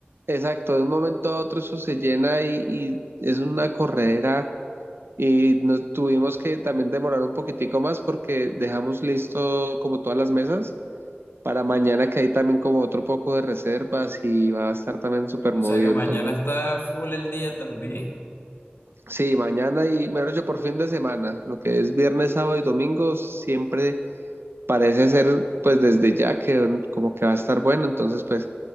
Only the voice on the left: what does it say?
O
sea que mañana
está full el día también.